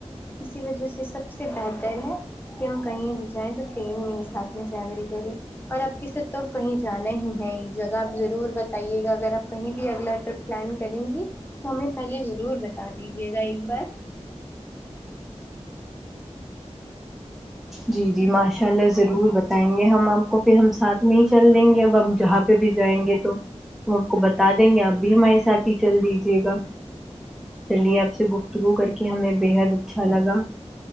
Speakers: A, on the left; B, in the centre.
A: اسی وجہ سے سب سے بہتر بہتر ہے کہ ہم کہیں بھی جائیں تو ٹرین میں ہی ساتھ میں ٹریول کریں اور آپ کے ساتھ تو کہیں جانا ہی ہے ایک جگہ آپ ضرور بتائیے گا اگر آپ کہیں بھی اگلا ٹرپ پلان کریں گی تو ہمیں پہلے ضرور بتا دیجیے گا ایک بار
B: جی جی ماشاء اللہ ضرور بتائیں گے ہم آپ کو پھر ہم ساتھ میں ہی چل دیں گے اب ہمب جہاں پھر بھی جائیں گے تو ہم آپ کو بتا دیں گے اب بھی ہمارے ساتھ ہی چل دیجیے گا چلیے آپ سے گفتگو کر کے ہمیں بےحد اچھا لگا